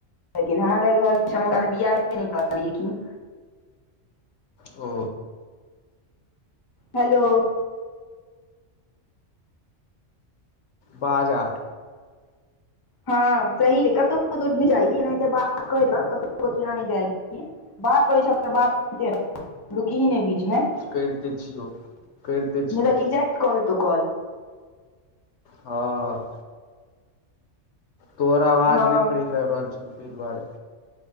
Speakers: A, on the left; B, on the left.
A: <unintelligible> हमरा लागि रहल छै हम ओकरा बियाहे नहि कर <unintelligible> कि
B: ओ
A: हेलो
B: बाज आब
A: हँ सही कतौ कतौ नय जाही एनैते बात करैत रह कतौ कतौ एना नय‌ बात करै छी त बात <unintelligible> रुकी ही ने बीच मे नय
B: करिते छियौ करिते छियौ
A: त रिजेकट क देतौ कॉल
B: हँ तोहर अवाज
A: हँ
B: नहि फरेस आबि रहल छै तै दुआरे